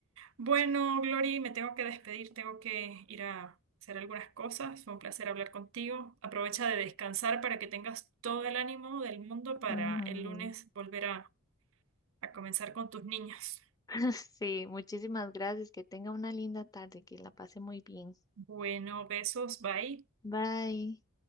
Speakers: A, on the right; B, on the left.
A: bueno, Glory, me tengo que despedir, tengo que ir a hacer algunas cosas. Fue un placer hablar contigo. Aprovecha de descansar para que tengas todo el ánimo del mundo para
B: ujú.
A: el lunes volver a, a comenzar con tus niños.
B: <laughs> Sí, muchísimas gracias. Que tenga una linda tarde, que la pase muy bien.
A: Bueno, besos, bye.
B: Bye.